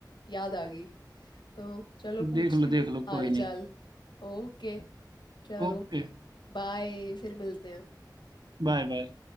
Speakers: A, on the left; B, on the right.
A: याद आ गई तो चलो पूछती
B: देख लो
A: हूँ
B: देख लो
A: हाल
B: कोई नहीं
A: चाल ओके चलो
B: ओके
A: बाय फिर मिलते हैं
B: Bye bye